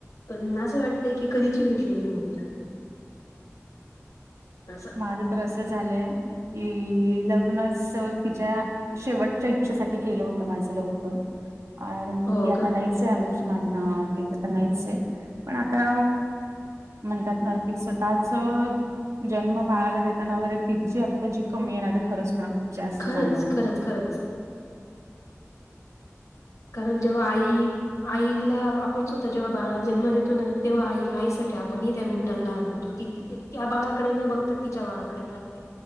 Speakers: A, on the left (about 75°); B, on the right (about 70°).
A: पण असं वाटतय की कधीची भेटलेली मी तिला असं
B: माझं तर असं झालंय की लग्नच तिच्या शेवटच्या इच्छेसाठी केलं होतं माझं लवकर आणि
A: हो
B: ती आता
A: का?
B: नाहित <unintelligible> ठीक तर ती आता नाहीच आहे पण आता म्हणतात ना कि स्वतःच जन्म बाळाला देताना वगैरे तिची आत्ता जी कमी आहे ना ते खरंच मला खूप जास्त
A: खरंच,
B: जाणवते
A: खरंच, खरंच कारण जेव्हा आई आईला आपण स्वतः जेव्हा बाळा जन्म देतो ना तेव्हा आईला आईसाठी आपणही त्या मिनटांला लहान होतो ती त्या बाळाकडे न बघ त तिच्या बाळाकडे पाहते